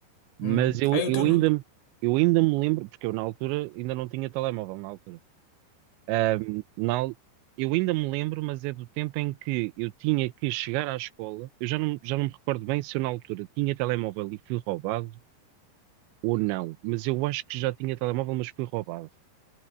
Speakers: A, on the right; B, on the left.
A: Mas
B: Hum.
A: eu,
B: Aí o
A: eu
B: teu. nu-
A: ainda, me- eu ainda me lembro, porque eu na altura ainda não tinha telemóvel na altura. Ahm, na eu ainda me lembro, mas é do tempo em que eu tinha que chegar à escola. Eu já não, já não me recordo bem se eu na altura tinha telemóvel e fui roubado ou não, mas eu acho que já tinha telemóvel, mas fui roubado.